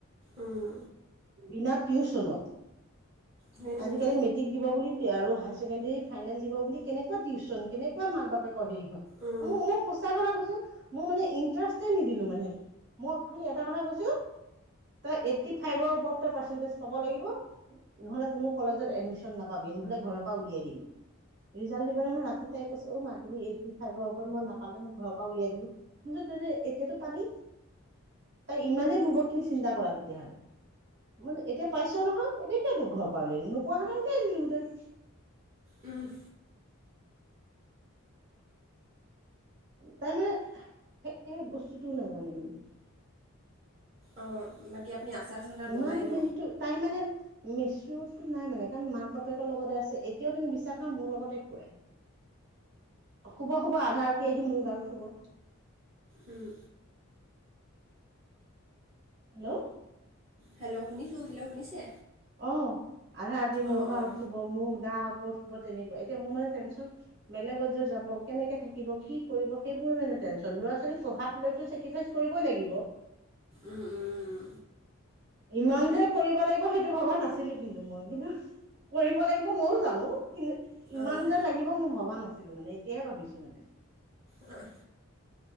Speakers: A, on the right (about 50°); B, on the right (about 30°).
A: <inaudible>
B: উম,
A: বিনা টিউচনত <inaudible>
B: সেইটোৱেতো
A: আজিকালি <unintelligible> মেট্ৰিক দিব বুলি আৰু হায়াৰ ছেকেণ্ডেৰী ফাইনেল দিব বুলি কেনেকুৱা টিউচন, কেনেকুৱা মাক-বাপেক <unintelligible> <unintelligible> সেই খন <inaudible>
B: উম,
A: মোৰ মই সঁচা কৈছোঁ মই মানে ইন্টাৰেষ্ট নিদিলো মানে। মই খালি এটা কথা কৈছোঁ, তই এইটটি ফাইভৰ ওপৰত তই পাৰ্চেন্টেজ পাব লাগিব <unintelligible> নহ'লে কোনো কলেজত এডমিশ্যন নাপাবি, নহ'লে ঘৰৰ পৰা উলিয়াই দিম। <unintelligible> ৰিজাল্ট দিবৰ দিনাখন ৰাতি তাই কৈছে অ মা <unintelligible> তুমি এইতটি ফাইভৰ ওপৰত মই নাপালে মোক ঘৰৰ পৰা উলিয়াই দিম মই কছো এতিয়াতো পালি। তাই ইমানেই বুৰ্বক তুমি চিন্তা কৰা তেতিয়াহ'লে। মইছো এতিয়া পাইছ নহয় এতিয়া কিয় তোক ঘৰৰ পা ওলিয়াই দিম? নোপোৱাাহাতে উলাই দিলোহোঁতেন।
B: উহ
A: তাই মানে সে বস্তুটো নাজানে মানে।
B: অ বাকী? কি আপুনি আচাৰ চাচাৰ
A: ইমান
B: বনায়
A: হেৰিটো
B: ন
A: তাই মানে মিচুৰদটো নাই মানে, কাৰণ মাক বাপেকৰ লগতে আছে এতিয়াও তুমি বিশ্বাস কৰা মোৰ লগতে শুনে। শুব শুব আধা ৰাতি আহি মোৰ গাৰুত শুব।
B: উম।
A: হেল্ল',
B: হেল্ল' শুনিছোঁ, হেল্ল' শুনিছে?
A: অঁ আধা ৰাতি মোৰ
B: অঁ
A: গাঁৰুত
B: অঁ
A: শুব, মোৰ গা ওপৰত শুব তেনেকুৱা, এতিয়া মোৰ মানে টেনশচন বেলেগত যে যাব, কেনেকে থাকিব, কি কৰিব? সেইবোৰে মানে তেনচন লৰা ছোবালী পঢ়াত লৈ চেকৰিফাইচ কৰিব লাগিব।
B: উম, উম,
A: ইমান যে কৰিব লাগিব, সেইটো ভবা নাছিলো কিন্তু মই কিন্তু কৰিব লাগিব ময়ো জানো, কিন্তু ইমান
B: অঁ
A: যে লাগিব মোও ভবা নাছিলো মানে এতিয়াহে ভাবিছো মানে।
B: অহ